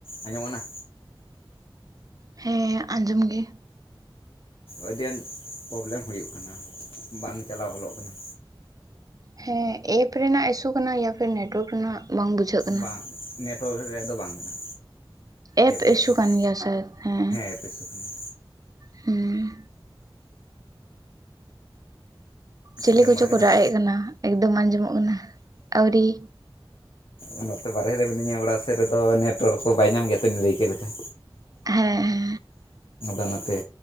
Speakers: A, on the left; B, on the right.
A: ᱟᱸᱡᱚᱢᱚᱜ ᱠᱟᱱᱟ
B: ᱦᱮᱸ ᱟᱸᱡᱚᱢ ᱜᱮ
A: ᱟᱹᱰᱤ ᱟᱸᱴ ᱯᱨᱚᱵᱞᱮᱢ ᱦᱩᱭᱩᱜ ᱠᱟᱱᱟ ᱵᱟᱝ ᱪᱟᱞᱟᱣ ᱜᱚᱞᱚᱜ ᱠᱟᱱᱟ
B: ᱦᱮᱸ ᱮᱯ ᱨᱮᱱᱟᱜ ᱤᱥᱩ ᱠᱟᱱᱟ ᱭᱟ ᱯᱷᱤᱨ ᱱᱮᱴᱣᱟᱨᱠ ᱨᱮᱱᱟᱜ ᱵᱟᱝ ᱵᱩᱡᱷᱟᱹᱜ ᱠᱟᱱᱟ
A: ᱵᱟᱝ ᱱᱮᱴᱣᱟᱨᱠ ᱨᱮᱭᱟᱜ ᱫᱚ ᱵᱟᱝ ᱠᱟᱱᱟ
B: ᱮᱯ
A: ᱨᱮᱭᱟᱜ
B: ᱤᱥᱩ
A: ᱠᱟᱱᱟ
B: ᱠᱟᱱ ᱜᱮᱭᱟ ᱥᱮ ᱦᱮᱸ
A: ᱮᱯ ᱤᱥᱩ ᱠᱟᱱᱟ
B: ᱦᱮᱸ ᱪᱤᱞᱤ
A: ᱡᱚᱢ
B: ᱠᱚᱪᱚ
A: ᱵᱟᱲᱟ ᱠᱮᱫᱟᱢ
B: ᱠᱚ ᱨᱟᱜ ᱮᱫ ᱠᱟᱱᱟ ᱮᱠᱫᱚᱢ ᱟᱸᱡᱚᱢᱚᱜ ᱠᱟᱱᱟ ᱟᱹᱣᱨᱤ
A: ᱚ ᱱᱚᱛᱮ ᱵᱟᱨᱦᱮ ᱨᱮ ᱢᱤᱱᱟᱹᱧᱟ ᱚᱲᱟᱜ ᱥᱮᱫ ᱨᱮᱫᱚ ᱱᱮᱴᱣᱟᱨᱠ ᱠᱚ ᱵᱟᱭ ᱧᱟᱢ ᱜᱮᱭᱟ ᱛᱮᱫ ᱞᱟᱹᱭᱠᱮᱫ ᱞᱮᱠᱟ
B: ᱦᱮᱸ ᱦᱮᱸ
A: ᱚᱱᱟᱛᱮ